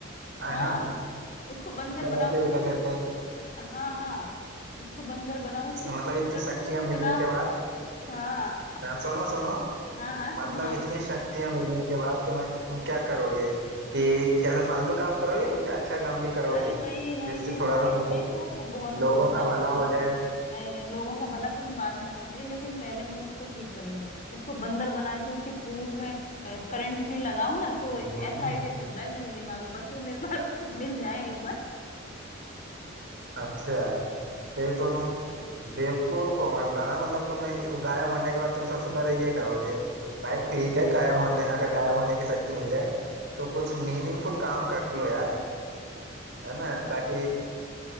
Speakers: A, on the left (about 40°); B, on the right (about 60°).
A: हाँ
B: हाँ
A: उसको बंदर
B: मतलब
A: बनाऊं
B: ऐसे
A: फिर उसकी
B: क्या कहते हैं
A: हाँ हाँ उसको बंदर बनाओ उसकी पूंछ
B: मतलब इतनी
A: पकड़
B: शक्तियां
A: के उसको
B: मिलने
A: गिलाओ
B: के बाद
A: हाँ
B: हाँ, सुनो सुनो
A: हाँ हाँ सुनाओ
B: मतलब इतनी शक्तियां मिलने के बाद तुम्हें तुम क्या करोगे कि ऐसे फालतू काम करोगे कुछ अच्छा काम भी करोगे
A: अरे नहीं नहीं
B: जिससे
A: नहीं
B: थोड़ा
A: भाई
B: सा मतलब
A: भाई वो वो बहुत
B: लोगों
A: बोलता
B: का
A: है
B: भला
A: बहुत
B: हो जाए
A: नहीं नहीं लोगों का भला तो मैं बाद में करूंगी लेकिन पहले मैं उसको ठीक करूंगी उसको बंदर बना के उसकी पूंछ में करंट नहीं लगाऊं ना तो ऐसा
B: हम्म,
A: आइडिया चल रहा है मेरे दिमाग में बस वो मेरे पास <laughs> मिल जाए एक बार
B: अच्छा फिर तो तुम बेवकूफ हो मतलब है मतलब तुम्हें वो गायब होने के बाद तुम सबसे पहले ये करोगे भाई ठीक है गायब होने अगर गायब होने की शक्ति मिल जाए तो कुछ मीनिंगफुल काम कर लो यार है
A: मैं
B: ना ताकि